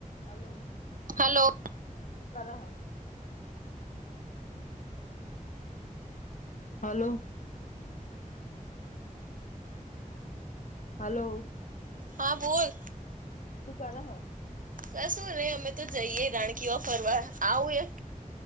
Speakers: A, on the left; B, on the right.
A: Hello.
B: Hello.
A: શું કર હ. <inaudible> હલો. હલો.
B: હા બોલ.
A: સુું કર હ. <inaudible>
B: ક શું નહી અમે તો જઈએે રાણકીવાવ ફરવા આવું એક